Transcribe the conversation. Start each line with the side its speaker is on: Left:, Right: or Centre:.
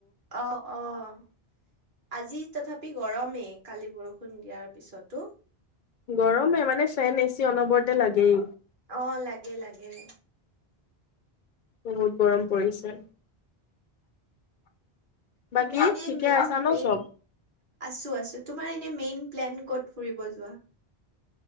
Right: অ', অ', আজি তথাপি গৰমেই কালি বৰষু ষূণ দিয়াৰ পিছতো।
Left: গৰমে মানে ফেন, এ চি অনবৰতে লাগেই।
Right: অ', লাগে লাগে।
Left: বহুত গৰম পৰিছে। বাকী
Right: তুমি এনে
Left: ঠিকে
Right: মেইন
Left: আছা ন
Right: মেইন,
Left: চব?
Right: আছোঁ আছোঁ তোমাৰ এনে মেইন প্লেন ক'ত ফুৰিব যোৱা?